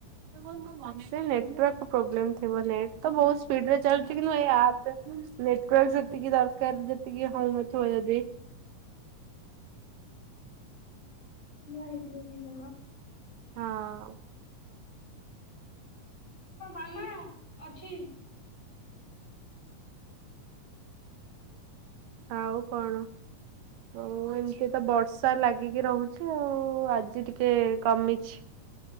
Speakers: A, on the right; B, on the left.
A: <unintelligible> ସେ ନେଟାର୍କ ପ୍ରୋବ୍ଲେମ ଥିବ। ନେଟ୍ ତ ବହୁତ ସ୍ପିଡ୍ ରେ ଚାଲୁଚି କିନ୍ତୁ ଏଇ ଆପ୍ ରେ ନେଟୱାର୍କ ସେତିକି ଦରକାର ଯେତିକି ହୋଉ ନଥିବ ଯଦି।
B: ଠିଆ ହେଇଥିବ କି କଣ।
A: ହଁ।
B: ହଁ ଭଲ ଅଛି।
A: ଆଉ କଣ? ଆଉ ଏମିତି ତ ବର୍ଷା ଲାଗିକି ରହୁଚି ଆଉ ଆଜି ଟିକେ କମିଚି।